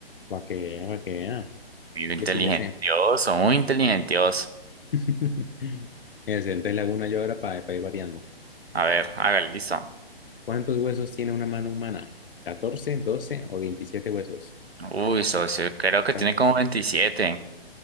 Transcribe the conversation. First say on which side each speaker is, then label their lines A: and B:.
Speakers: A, on the left (about 60°); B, on the right (about 80°).
A: Para que vea, para que vea.
B: Muy inteligentioso,
A: Yo sí le sé.
B: muy inteligentioso.
A: <laughs> Es, entonces le hago una yo ahora para, para ir variando.
B: A ver, hágale, listo.
A: ¿Cuántos huesos tiene una mano humana? catorce doce o veintisiete huesos?
B: Uy, socio, creo que
A: Ca-
B: tiene como 27.